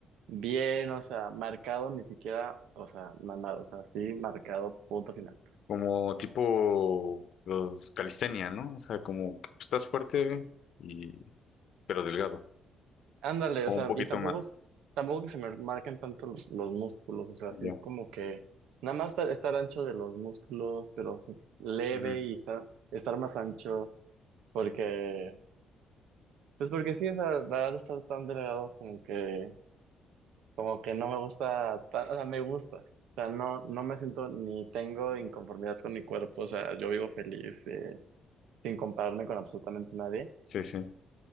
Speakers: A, on the right; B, on the left.
A: bien, o sea, marcado ni siquiera, o sea, mamado, o sea, sí, marcado punto final.
B: Como tipo los calistenia, ¿no? O sea, como que estás fuerte y, pero delgado.
A: Ándale,
B: O
A: o sea,
B: un poquito
A: y tampoco,
B: más.
A: tampoco que se me marquen tanto los, los músculos, o sea, así
B: Ya.
A: como que nada más estar, estar ancho de los músculos, pero sí leve
B: Ujú.
A: y estar, estar más ancho, porque, pues porque sí, o sea, la verdad estar tan delgado como que, como que no me gusta, ta- o sea, me gusta, o sea, no, no me siento ni tengo inconformidad con mi cuerpo, o sea, yo vivo feliz, eh, sin compararme con absolutamente nadie,
B: Sí, sí.